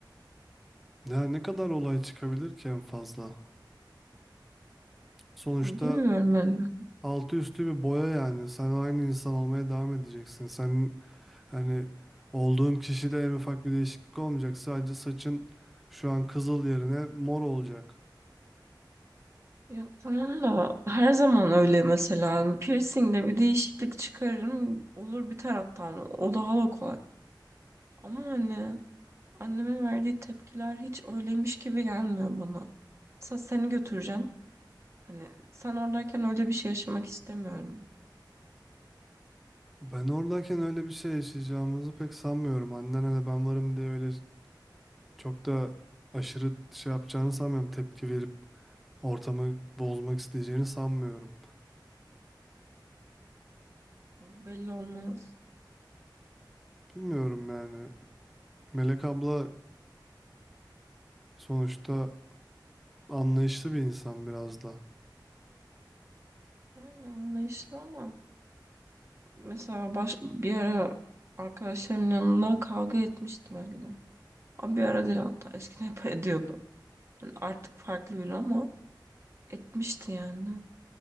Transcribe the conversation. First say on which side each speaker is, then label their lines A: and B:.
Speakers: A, in the centre; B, on the right (about 35°).
A: Ya ne kadar olay çıkabilir ki en fazla? Sonuçta
B: Bilmiyorum yani.
A: altı üstü bir boya yani. Sen aynı insan olmaya devam edeceksin. Sen hani olduğun kişide en ufak bir değişiklik olmayacak. Sadece saçın şu an kızıl yerine mor olacak.
B: Ya tamam da her zaman öyle mesela. Hani piercing'de bir değişiklik çıkarırım. Olur biter hatta. Hani O daha da kolay. Ama hani Annemin verdiği tepkiler hiç öyleymiş gibi gelmiyor bana. Sa seni götüreceğim. Hani sen oradayken öyle bir şey yaşamak istemiyorum.
A: Ben oradayken öyle bir şey yaşayacağımızı pek sanmıyorum. Annen hani ben varım diye öyle çok da aşırı şey yapacağını sanmıyorum. Tepki verip ortamı bozmak isteyeceğini sanmıyorum.
B: Belli olmaz.
A: Bilmiyorum yani. Melek abla Sonuçta anlayışlı bir insan biraz da.
B: Yani anlayışlı ama mesela baş, bir ara arkadaşlarımın yanında kavga etmişti benimle. Ama bir ara değil hatta eskiden hep <laughs> ediyordu. Yani artık farklı biri ama etmişti yani.